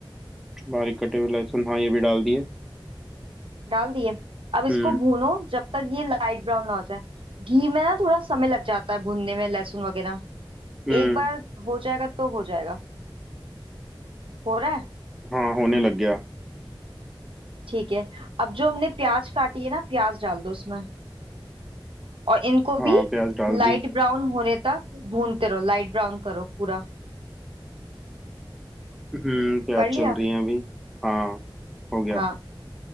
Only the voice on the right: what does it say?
डाल दिए अब इसको
भूनो जब तक ये लाइट ब्राउन ना हो जाए घी में ना थोड़ा समय लग जाता है भूनने में लहसुन वगैरह
एक बार हो जाएगा तो हो जाएगा हो रहा है
ठीक है अब जो हमने प्याज काटी है ना प्याज डाल दो उसमें और इनको
भी
लाइट ब्राउन होने तक भूनते रहो लाइट ब्राउन करो पूरा
कर लिया
हाँ